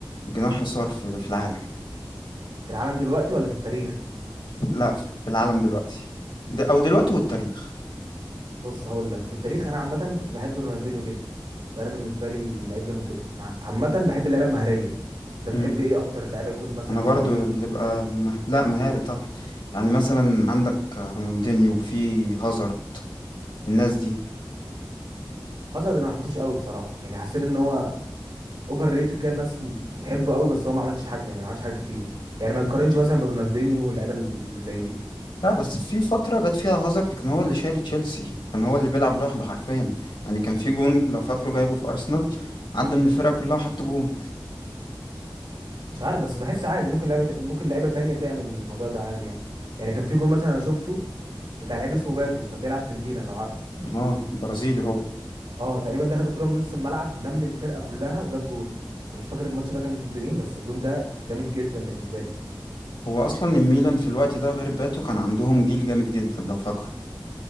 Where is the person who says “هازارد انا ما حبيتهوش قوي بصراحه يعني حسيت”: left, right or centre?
Right